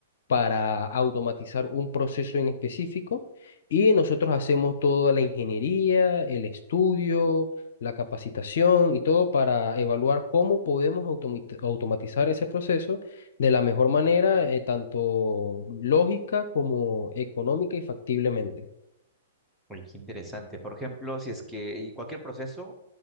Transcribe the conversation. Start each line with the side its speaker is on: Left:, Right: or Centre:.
Left: para automatizar un proceso en específico y nosotros hacemos toda la ingeniería, el estudio, la capacitación y todo para evaluar cómo podemos automi- automatizar ese proceso de la mejor manera, eh, tanto lógica como económica y factiblemente.
Centre: Oye, qué interesante. Por ejemplo, si es que, y cualquier proceso,